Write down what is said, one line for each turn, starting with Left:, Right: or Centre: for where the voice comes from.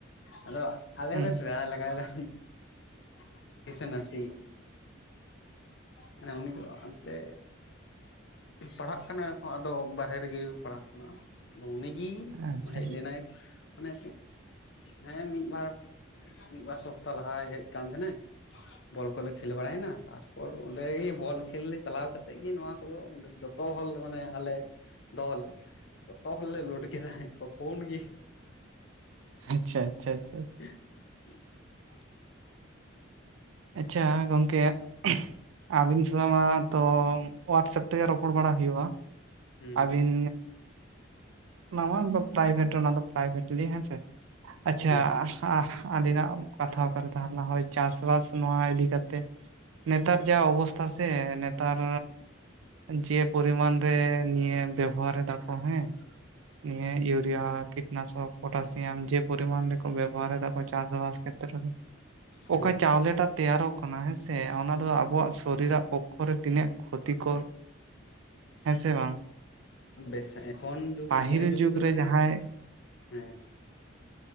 Left: ᱟᱫᱚ ᱟᱞᱮ
Right: ᱦᱩᱸ
Left: ᱦᱚᱞᱮ ᱴᱨᱟᱭ ᱞᱮᱜᱟᱭ ᱫᱟ <unintelligible> ᱥᱮ ᱱᱟᱹᱥᱤ ᱢᱟᱱᱮ <inaudible> ᱩᱱᱤ ᱫᱚ ᱟᱱᱛᱮ ᱯᱟᱲᱦᱟᱜ ᱠᱟᱱᱟᱭ ᱟᱫᱚ ᱵᱟᱨᱦᱮ ᱨᱮᱜᱮ ᱯᱟᱲᱦᱟᱜ ᱜᱟᱱᱚᱜ-ᱟ ᱟᱫᱚ ᱩᱱᱤᱜᱮ
Right: ᱟᱪᱪᱷᱟ
Left: ᱦᱚᱸᱚᱡᱽ ᱦᱮᱡ ᱞᱮᱱᱟᱭ ᱢᱟᱱᱮ ᱦᱮᱸ ᱢᱤᱫ ᱵᱟᱨ ᱢᱤᱫ ᱵᱟᱨ ᱥᱚᱯᱛᱟ ᱞᱟᱦᱟᱭ ᱦᱮᱡ ᱠᱟᱱ ᱛᱟᱦᱮᱸᱱᱟᱹᱧ ᱵᱚᱞ ᱠᱚᱞᱮ ᱠᱷᱮᱞ ᱵᱟᱲᱟᱭᱱᱟ ᱛᱟᱨᱯᱚᱨ ᱚᱸᱰᱮ ᱜᱮ ᱵᱚᱞ ᱠᱷᱮᱞ ᱞᱮ ᱪᱟᱞᱟᱣ ᱠᱟᱛᱮᱜ ᱜᱮ ᱱᱚᱣᱟ ᱡᱚᱛᱚ ᱦᱚᱞ ᱢᱟᱱᱮ ᱟᱞᱮ ᱫᱚᱞ ᱡᱚᱛᱚ ᱦᱚᱞ ᱞᱮ ᱞᱳᱰ ᱠᱮᱫᱟ ᱛᱚᱹᱠᱷᱩᱱ ᱜᱮ
Right: ᱟᱪᱪᱷᱟ ᱟᱪᱪᱷᱟ ᱟᱪᱪᱷᱟ
Left: <unintelligible>
Right: ᱟᱪᱪᱷᱟ ᱜᱚᱝᱠᱮ <unintelligible> ᱟᱹᱵᱤᱱ ᱥᱟᱞᱟᱜ ᱢᱟ ᱛᱚ ᱣᱟᱴᱥᱮᱯ ᱛᱮᱜᱮ ᱨᱚᱯᱚᱲ ᱵᱟᱲᱟ ᱦᱩᱭᱩᱜ-ᱟ
Left: ᱦᱩᱸ
Right: ᱟᱹᱵᱤᱱ ᱱᱟᱣᱟᱞ ᱫᱚ ᱯᱨᱟᱭᱵᱷᱮᱴ ᱚᱱᱟ ᱫᱚ ᱯᱨᱟᱭᱵᱷᱮᱴᱞᱤ ᱦᱮᱸᱥᱮ ᱟᱪᱪᱷᱟ
Left: ᱦᱮᱸ ᱦᱮᱸ
Right: ᱟᱹᱫᱤᱱᱟᱜ ᱠᱟᱛᱷᱟ ᱚᱠᱟᱨᱮ ᱛᱟᱦᱮᱸ ᱞᱮᱱᱟ ᱦᱳᱭ ᱪᱟᱥ ᱵᱟᱥ ᱱᱚᱣᱟ ᱤᱫᱤ ᱠᱟᱛᱮ ᱱᱮᱛᱟᱨ ᱡᱟ ᱚᱵᱚᱥᱛᱷᱟ ᱥᱮ ᱛᱟᱨ ᱡᱮ ᱯᱚᱨᱤᱢᱟᱱ ᱨᱮ ᱱᱤᱭᱟᱹ ᱵᱮᱵᱚᱦᱟᱨ ᱮᱫᱟ ᱠᱚ ᱦᱮᱸ, ᱱᱤᱭᱟᱹ ᱤᱭᱟᱹ <inaudible> ᱠᱤᱴᱱᱟᱥᱚᱠ ᱯᱴᱟᱥᱤᱭᱟᱢ ᱡᱮ ᱯᱚᱨᱤᱢᱟᱱ ᱨᱮᱠᱚ ᱵᱮᱵᱚ ᱦᱟᱨ ᱮᱫᱟ ᱪᱟᱥ ᱵᱟᱥ ᱠᱷᱮᱫᱨᱮ ᱨᱮ
Left: ᱦᱩᱸ
Right: ᱚᱠᱟ ᱪᱟᱣᱞᱮ ᱴᱟ <unintelligible> ᱛᱮᱭᱟᱨᱚᱜ ᱠᱟᱱᱟ ᱦᱮᱸ ᱥᱮ ᱚᱱᱟ ᱫᱚ ᱟᱵᱚᱣᱟᱜ ᱥᱚᱨᱤᱨᱟᱜ ᱯᱚᱠᱠᱷᱚ ᱨᱮ ᱛᱤᱱᱟᱹᱜ ᱠᱷᱚᱛᱤ ᱠᱚᱨ ᱦᱮᱸ ᱥᱮ ᱵᱟᱝ
Left: ᱵᱮᱥ <inaudible>
Right: ᱯᱟᱹᱦᱤᱞ
Left: ᱱᱤᱭᱟᱹ ᱡᱩᱜ
Right: ᱡᱩᱜᱽ
Left: ᱫᱚ
Right: ᱨᱮ
Left: ᱢᱟᱱᱮ
Right: ᱡᱟᱦᱟᱸᱭ
Left: ᱦᱮᱸ <unintelligible>